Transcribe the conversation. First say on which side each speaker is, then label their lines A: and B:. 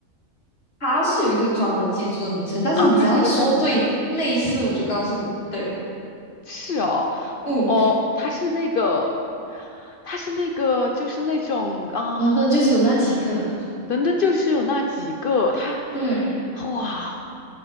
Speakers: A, on the left; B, on the left.
A: 它是有一个专门建筑的名称，但是你只要说对类似，
B: 啊，它是一个专门的建筑，
A: 我就告诉你对了。
B: 是哦，
A: 嗯，
B: 哦，它是那个，它是那个，就是那种啊，
A: 伦敦就是有那几个，
B: 伦敦就是有那几个，它，
A: 对，
B: 哇